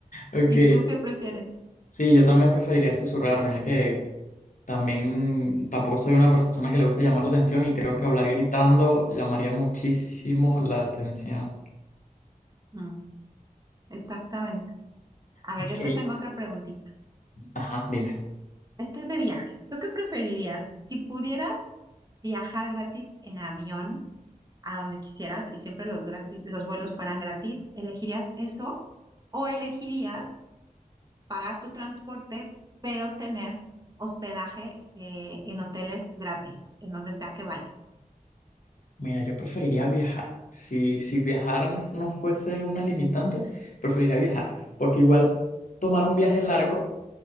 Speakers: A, on the left; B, on the right.
A: Ok,
B: ¿Y tú qué prefieres?
A: sí, yo también preferiría susurrar. Mira que. También tampoco soy una persona que le gusta llamar la atención y creo que hablar gritando llamaría muchísimo la atención.
B: Mm, exactamente. A ver,
A: Ok.
B: yo te tengo otra preguntita.
A: Ajá, dime.
B: Esta es de viajes. ¿Tú qué preferirías? Si pudieras viajar gratis en avión, a donde quisieras y siempre los gratis, los vuelos fueran gratis, ¿elegirías eso o elegirías pagar tu transporte, pero tener hospedaje eh, en hoteles gratis, en donde sea que vayas?
A: Mira, yo preferiría viajar. Si, si viajar no fuese una limitante, preferiría viajar. Porque igual tomar un viaje largo,